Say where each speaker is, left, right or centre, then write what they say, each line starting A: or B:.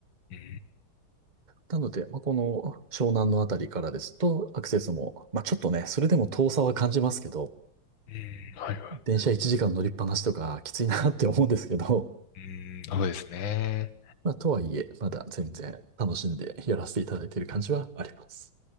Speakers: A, on the left (about 65°); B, on the right (about 25°).
A: うん。
B: なので、まあ、この湘南のあたりからですと、アクセスも、まあちょっとね、それでも遠さは感じますけど、
A: うん。はいはい。
B: 電車1時間乗りっぱなしとかきついなって思うんですけど、
A: うん。そうですね。
B: まあとはいえ、まだ全然楽しんでやらせていただいている感じはあります。